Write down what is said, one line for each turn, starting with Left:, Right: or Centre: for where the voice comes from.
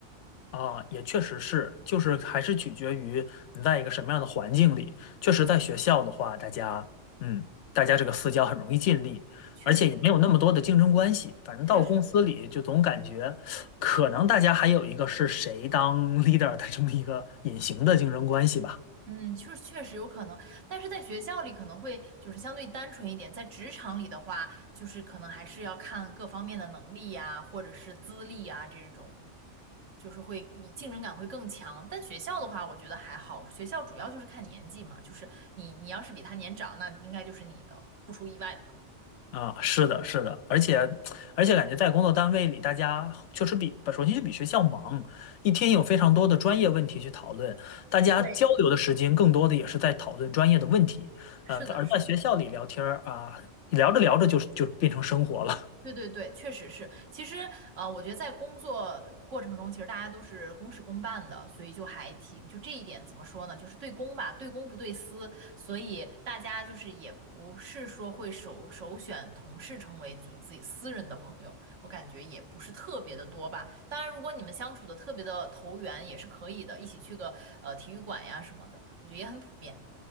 Left: 啊，也确实是，就是还是取决于你在一个什么样的环境里。确实，在学校的话，大家，嗯，大家这个私交很容易建立，
Right: 确实是，
Left: 而且也没有那么多的竞争关系。反正到公司里，
Right: 确实是。
Left: 就总感觉可能大家还有一个是谁当 leader 的这么一个隐形的竞争关系吧。
Right: 嗯，确确实有可能，但是在学校里可能会就是相对单纯一点，在职场里的话，就是可能还是要看各方面的能力呀，或者是资历啊这种，就是会以竞争感会更强。但学校的话，我觉得还好，学校主要就是看年纪嘛，就是你你要是比他年长，那应该就是你的，不出意外的话。
Left: 啊，是的，是的，而且而且感觉在工作单位里，大家确实比首先就比学校忙，一天有非常多的专业问题去讨论，大家交流的时间更多的也是在讨论专业的问题，
Right: 对，是的，
Left: 呃，在而在学校里聊天儿啊，
Right: 是的。
Left: 聊着聊着就就变成生活了，
Right: 对对对，确实是。其实，呃，我觉得在工作的过程中，其实大家都是公事公办的，所以就还挺，就这一点怎么说呢？就是对公吧，对公不对私，所以大家就是也不是说会首首选同事成为就自己私人的朋友，我感觉也不是特别的多吧。当然，如果你们相处的特别的投缘，也是可以的，一起去个呃体育馆呀什么的，我觉得也很普遍。